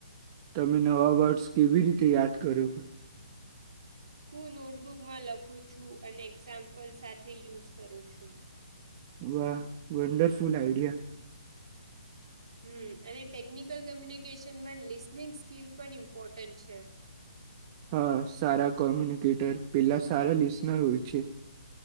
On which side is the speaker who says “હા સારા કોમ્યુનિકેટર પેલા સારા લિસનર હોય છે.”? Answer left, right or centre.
Right